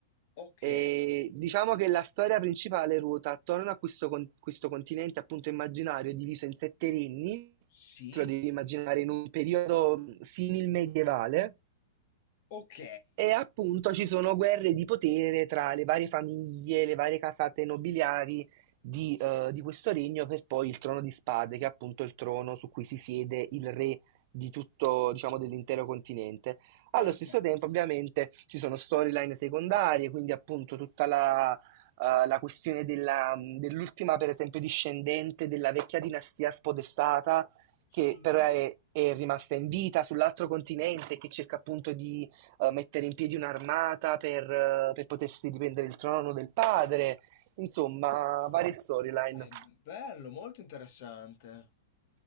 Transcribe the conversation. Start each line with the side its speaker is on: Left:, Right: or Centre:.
Left: Ok,
Right: E diciamo che la storia principale ruota attorno a questo, con- questo continente appunto immaginario diviso in sette regni,
Left: sì,
Right: te lo devi immaginare in un periodo simil-medievale,
Left: ok,
Right: e appunto ci sono guerre di potere tra le varie famiglie, le varie casate nobiliari di, eh, di questo regno per poi il trono di spade, che è appunto il trono su cui si siede il re di tutto, diciamo, dell'intero continente.
Left: perfetto.
Right: Allo stesso tempo, ovviamente, ci sono storyline secondarie, quindi appunto tutta la, eh, la questione della- dell'ultima, per esempio, discendente della vecchia dinastia spodestata,
Left: Sì,
Right: che però è, è rimasta in vita sull'altro continente, che cerca appunto di eh, mettere in piedi un'armata per, eh, per potersi riprendere il trono del padre, insomma, varie storyline.
Left: beh, bello, molto interessante.